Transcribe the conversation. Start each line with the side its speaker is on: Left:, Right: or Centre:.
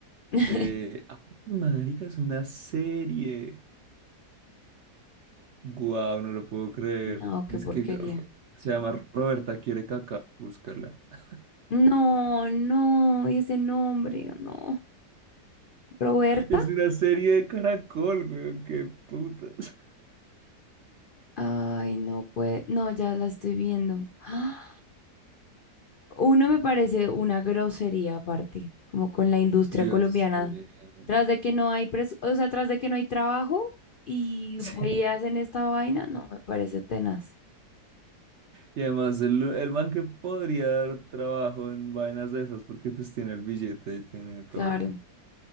Left: <laughs>
Right: Eh, ah, marica, es una serie. Guau, no lo puedo creer.
Left: No,
Right: Dice
Left: qué porquería.
Right: que Ro- se llama Roberta quiere caca. Búscala. <laughs>
Left: No, no, y ese nombre, no. ¿Roberta?
Right: Es una serie de Caracol, güey. Qué putas.
Left: Ay, no puede. No, ya la estoy viendo. <gasps> ¡Ah! Uno me parece una grosería aparte, como con la industria
Right: Yo
Left: colombiana.
Right: sé.
Left: Tras
Right: <laughs>
Left: de que no hay pres- o sea, tras de que no hay trabajo y
Right: Sí.
Left: ahí hacen esta vaina, no, me parece tenaz.
Right: Y además, el, el man que podría dar trabajo en vainas de esas, porque pues tiene el billete y tiene todo.
Left: Claro,